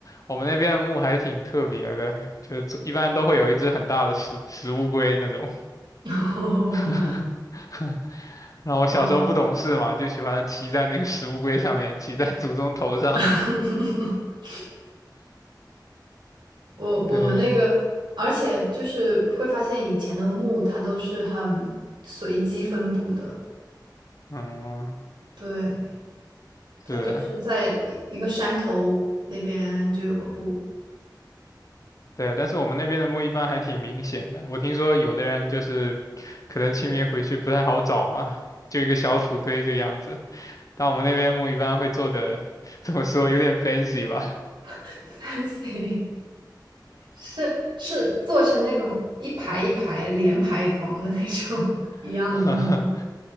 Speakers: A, on the left (about 45°); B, on the right (about 85°).
A: 我们那边的墓还挺特别的，就是一般都会有一只很大的石石乌龟那种。
B: <laughs>
A: <laughs> <laughs> 然后我小时候不懂事嘛，
B: 哦，
A: 就喜欢骑在那个石乌龟上面，骑在祖宗头上。
B: <laughs> 我我们那个，
A: 对，
B: 而且就是会发现以前的墓它都是很随机分布的，
A: 嗯，
B: 对，它就是在一一个山头那边就有个墓
A: 是。对，但是我们那边的墓一般还挺明显的。我听说有的人就是可能清明回去不太好找嘛，就一个小土堆这个样子。但我们那边墓一般会做的，怎么说，有点 fancy 吧。
B: <laughs>，fancy。是是做成那种一排一排连排房的那种 <laughs> 一样的木木
A: <laughs>